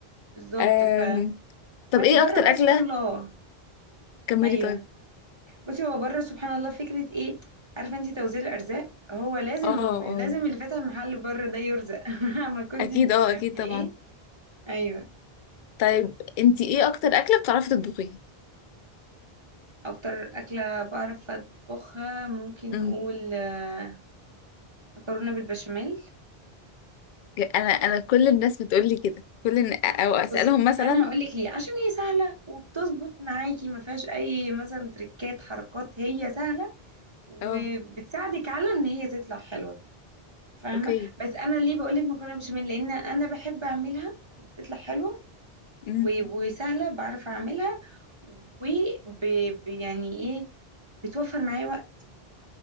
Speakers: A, on the right; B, on the left.
A: بالظبط
B: آم،
A: ف
B: طب
A: بس
B: ايه
A: بره
B: اكتر
A: بقى
B: اكله
A: سبحان الله
B: كملي
A: ايوه
B: طيب
A: بصي هو بره سبحان الله فكره ايه عارفه انت توزيع الارزاق هو لازم
B: اه
A: لازم
B: اه
A: اللي فاتح محل بره ده يرزق <laughs> ما كنت
B: اكيد
A: انت
B: اه
A: بتعملي
B: اكيد طبعا
A: ايه ايوه
B: طيب انتي ايه اكتر اكله بتعرفي تطبخيها
A: اكتر اكله بعرف اطبخها ممكن
B: امم
A: نقول آه، مكرونه بالبشاميل
B: انا انا كل الناس بتقول لي كده كل الن... او اسالهم
A: بصي
B: مثلا
A: انا هقول لك ليه عشان هي سهله وبتظبط معاكي ما فيهاش اي مثلا تريكات حركات هي سهله وبتساعدك
B: اه
A: على ان هي تطلع حلوه فاهمه
B: اوكي
A: بس انا ليه بقول لك مكرونه بشاميل لان انا بحب اعملها وبتطلع حلوه و-
B: امم
A: وسهله بعرف اعملها و ب- ب- يعني ايه بتوفر معايا وقت